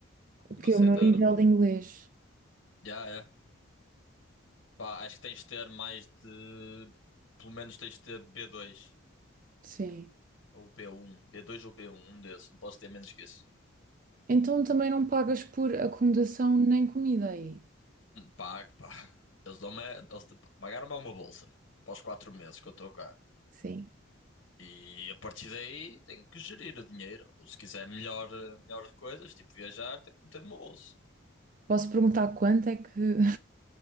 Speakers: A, on the left (about 65°); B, on the right (about 40°).
A: como
B: O
A: me
B: que
A: aceitaram.
B: é o meu nível de inglês?
A: Já, já. Pá, acho que tens de ter mais de. Pelo menos tens de ter b dois
B: Sim.
A: ou b um b dois ou B1, um um desses. Não posso ter menos que isso.
B: Então também não pagas por acomodação nem comida aí.
A: Pago, pago. Eles dão-me. Eles te- pagaram-me uma bolsa para os quatro meses que eu estou cá.
B: Sim.
A: E a partir daí tenho que gerir o dinheiro. Ou se quiser melhor, melhores coisas, tipo viajar, tenho que meter no meu bolso.
B: Posso perguntar quanto é que